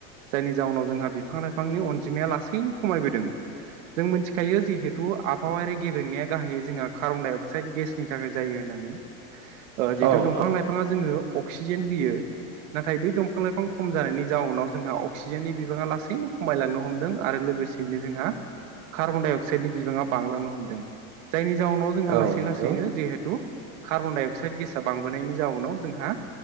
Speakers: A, on the right (about 60°); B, on the right (about 35°).
A: जायनि जाउनाव जोंहा बिफां लाइफांनि अनजिमाया लासैनो खमायबोदों । जों मिथिखायो जिहेथु आबहावायारि गेब्रेंनाया गाहायै जोंहा कार्बन डाइ अक्साइड गेसनि थाखाय जायो होननानै । ओ
B: औ
A: जिहेतु दंफां लाइफाङा जोङो अक्सिजेन होयो नाथाय बे दंफां लाइफां खम जानायनि जाउनाव जोंहा अक्सिजेननि बिबाङा लासैनो खमायलांनो हमदों आरो लोगोसेयैनो जोंहा कार्बन डाइ अक्साइडनि बिबाङा बांलांनो हमदों । जायनि जाउनाव जोंहा
B: औ
A: लासै
B: नंगौ
A: लासैनो जिहेथु कार्बन दडाइ अक्साइद गेसा बांबोनायनि जाउनाव जोंहा